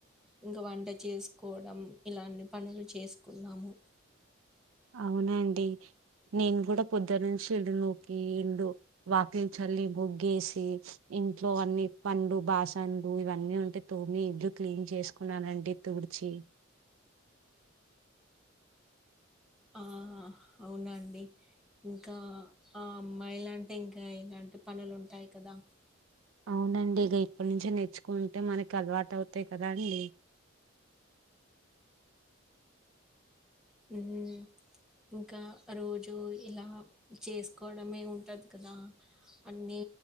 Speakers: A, in the centre; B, on the right.
A: ఇంకా వంట చేసుకోవడం ఇలాంటి పనులు చేసు కున్నాము
B: అవునండి నేను గూడ పొద్దు నుంచి ఇల్లు నుకి ఎండు వాకి చల్లి బు గేసి ఇంట్లో అన్ని పన్లు బాసంలు ఇవన్నీ ఉంటే తోమి ఇండ్లు క్లీన్ చేసుకున్నానండి తుడిచి
A: ఆహ అవునండి ఇంకా ఆ అమ్మాయిలన్ ఇంకాయ్ ఇలాంటి పనులు ఉంటాయి కదా.
B: అవునండి ఇక ఇప్పటి నుంచి నేర్చుకుంటే మనకి అలవాటు అవుతాయి కదా అండి.
A: ఉహు ఇంకా రోజు ఇలా చేసుకోవడమే ఉంటది కదా. అన్నీ